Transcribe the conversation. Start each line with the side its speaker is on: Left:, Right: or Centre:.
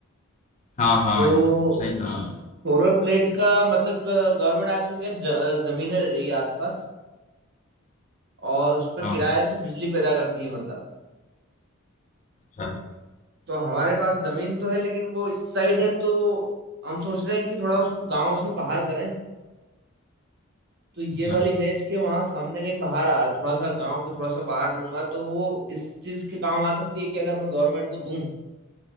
Left: हाँ हाँ
Right: तो
Left: सही कहा
Right: सोलर प्लेट का मतलब गवर्नमेंट आजकल क्या ज- जमीनें ले रही है आसपास और उस पर
Left: हाँ
Right: किराए से बिजली पैदा करती है मतलब
Left: अच्छा
Right: तो हमारे पास जमीन तो है लेकिन वो इस साइड है तो हम सोच रहे हैं कि थोड़ा उसको गांव से बाहर करें तो ये
Left: अच्छा
Right: वाली बेच के वहां सामने कहीं बाहर आ थोड़ा सा गांव के थोड़ा सा बाहर लूंगा तो वो इस चीज के काम आ सकती है कि अगर मैं गवर्नमेंट को दूं